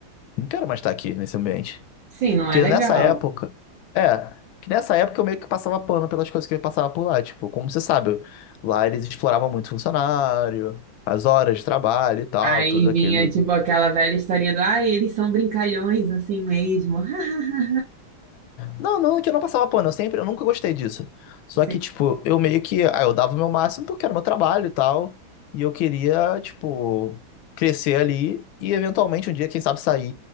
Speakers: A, on the left (about 80°); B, on the right (about 70°).
A: Não quero mais estar aqui nesse ambiente.
B: Sim, não
A: Porque
B: é legal.
A: nessa época. É, que nessa época eu meio que passava pano pelas coisas que eu passava por lá. Tipo, como você sabe, eu- lá eles exploravam muito funcionário, as horas de trabalho e tal,
B: Aí
A: tudo aquele,
B: vinha, tipo, aquela velha história do, ah, eles são brincalhões assim mesmo. <laughs>
A: Não, não, que eu não passava pano, eu sempre, eu nunca gostei disso. Só
B: Sim.
A: que, tipo, eu meio que, ah, eu dava o meu máximo porque era meu trabalho e tal, e eu queria, tipo, crescer ali e eventualmente um dia, quem sabe, sair